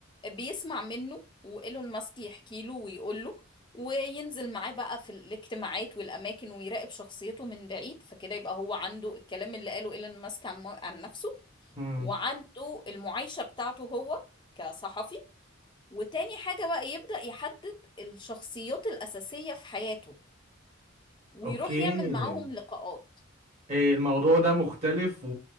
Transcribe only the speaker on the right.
امم
اوكي
إيه، الموضوع ده مختلف و...